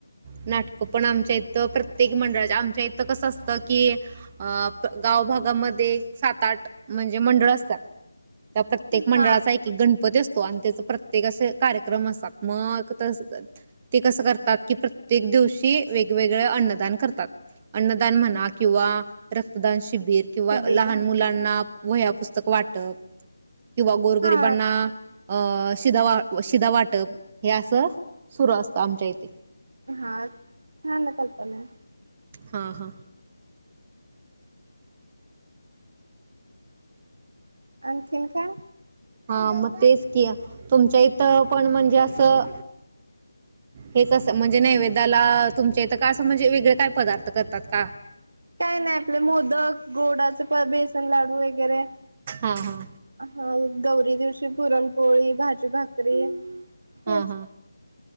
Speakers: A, on the right (about 25°); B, on the right (about 65°).
A: नाटकं पण आमच्या इथं प्रत्येक मंडळाच्या आमच्या इथं कसं असतं की, अ गावभागामध् ते सात आठ म्हणजे मंडळ असतात त्या प्रत्येक मंडळाचा
B: हा
A: एक गणपती असतो आणि त्याच प्रत्येक असं कार्यक्रम असतात मग त ते कसं करतात की प्रत्येक दिवशी वेगवेगळे अन्नदान करतात. अन्नदान म्हणा किंवा रक्तदान शिबिर किंवा
B: शिबिर
A: लहान मुलांना वह्या पुस्तकं वाटप किंवा गोरगरिबांना
B: हा
A: अ अ शिधा वा शिदा वाट वाटप हे असं सुरू अस आमच्याहिते
B: हा छान कल्पना हाय
A: हा हा
B: आणखीन काय?
A: हा मग तेच कि तुमच्या इथं पण म्हणजे असं हेच म्हणजे नैवेद्याला तुमच्या इथं का असं म्हणजे वेगळे काय पदार्थ करतात का?
B: काय नाही आपले मोदक, गोडाचे बेसन लाडू वगैरे
A: हा हा
B: हा गौरी दिवशी पुरणपोळी भाजी भाकरी हेच
A: हा हा.